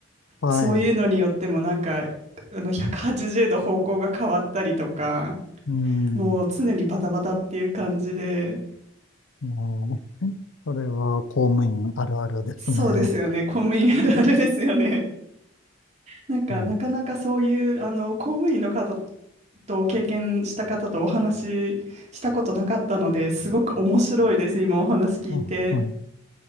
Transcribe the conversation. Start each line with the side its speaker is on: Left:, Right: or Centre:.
Left: はい、
Right: そういうのによってもなんかあの180度方向が変わったりとか
Left: うん、
Right: もう常にバタバタっていう感じで
Left: もう、それは公務員あるあるですね。
Right: そうですよね公務員あるあるですよねなんか、
Left: うん、
Right: なかなかそういう、あの、公務員の方と経験した方とお話ししたことなかったので、すごく面白いです。今お話聞いて。
Left: あ、はい。